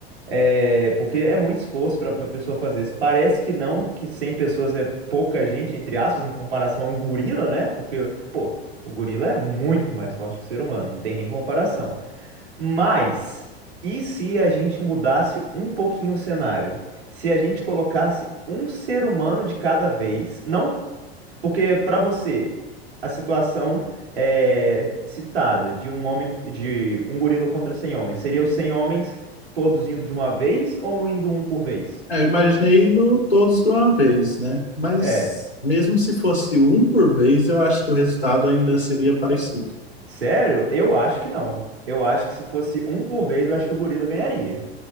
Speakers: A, on the right; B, on the left.
A: É, porque é muito esforço para uma pessoa fazer isso. Parece que não, que 100 pessoas é pouca gente, entre aspas, em comparação a um gorila, né? Porque, pô, o gorila é muito mais forte que o ser humano, não tem nem comparação. Mas, e se a gente mudasse um pouquinho o cenário? Se a gente colocasse um ser humano de cada vez, não porque para você, a situação é citada de um homem, de um gorila contra 100 homens, seria os 100 homens todos indo de uma vez ou indo um por vez?
B: É, eu imaginei no todos de uma vez, né? Mas
A: É,
B: mesmo se fosse um por vez, eu acho que o resultado ainda seria parecido.
A: sério? Eu acho que não. Eu acho que se fosse um por vez, eu acho que o gorila ganharia.